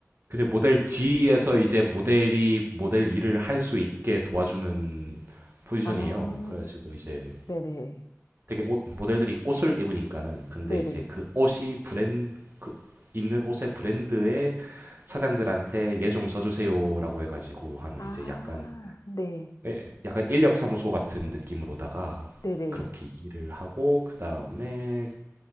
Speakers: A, on the right; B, on the left.
A: 이제 모델 뒤에서 이제 모델이 모델 일을 할 수 있게 도와주는 포지션이에요.
B: 아,
A: 그래가지고 이제
B: 네네.
A: 되게 옷, 모델들이 옷을 입으니까는 근데
B: 네네.
A: 이제 그 옷이 브랜드 그 입는 옷의 브랜드의 사장들한테 얘 좀 써주세요라고 해가지고 하는
B: 아,
A: 이제 약간
B: 네.
A: 네, 약간 인력사무소 같은 느낌으로다가
B: 네네.
A: 그렇게 일을 하고 그 다음에